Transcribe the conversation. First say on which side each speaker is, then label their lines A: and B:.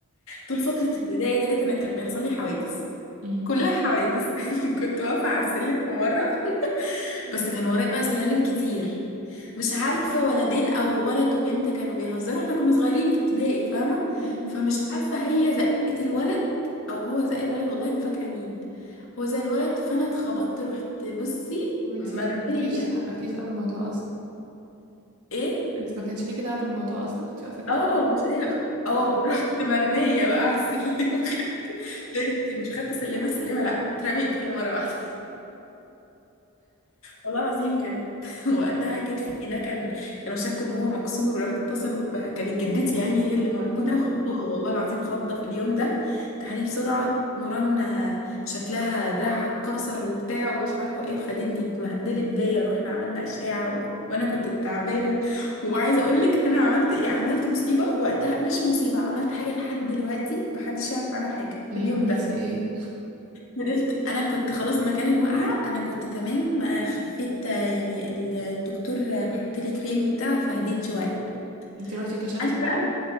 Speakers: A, on the left; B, on the right.
A: طول فتره ابتدائي ديت انا كان بيحصل لي حوادث
B: م-
A: كلها حوادث <laughs> كنت واقفه على السلم في مره
B: م-
A: بس كان ورايا بقى سلالم كتير مش عارفة ولدين أو ولد وبنت كانوا بيهزروا احنا كنا صغيرين في ابتدائي فاهمة
B: م.
A: فمش عارفة هي زقت الولد أو هو زق الولد والله ما فاكرة مين هو زق الولد فأنا اتخبطت رحت بصي
B: وانت
A: مرمية
B: يعني مالكيش مالكيش دعوه بالموضوع
A: ايه؟
B: انت ما كانش ليكي دعوه بالموضوع اصلا كنت واقفه كده
A: اه
B: وخلاص
A: مش عارف اه
B: <laughs>
A: <laughs> رحت مرمية بقى على السلم <laughs> خدت طرت مش خدت سلمة سلمة لأ اترميت كده مرة واحدة والله العظيم كانت <laughs> وقتها كتفي ده كان كانوا شكوا ان هو مكسور وراحوا اتصلوا ب... كانت جدتي يعني هي اللي موجوده
B: الله
A: خضوها والله العظيم خضه في اليوم ده تعالي بسرعه نوران آه، شكلها دراعها اتكسر وبتاع ومش عارفه ايه وخدتني اتبهدلت بيا رحنا عملنا اشعه و... وانا كنت تعبانه وعايزه اقول لك انا عملت ايه عملت مصيبه وقتها مش مصيبه عملت حاجه لحد دلوقتي محدش يعرف عنها حاجه في
B: ايه
A: اليوم
B: عملتي
A: ده
B: ايه
A: فضلت انا كنت خلاص مكان الوقعه انا كنت تمام آه، خفيت آه، يعني الدكتور آه، حط لي كريم وبتاع فهديت شويه
B: انت روحتي كشفتي
A: انا
B: بقى
A: بقى-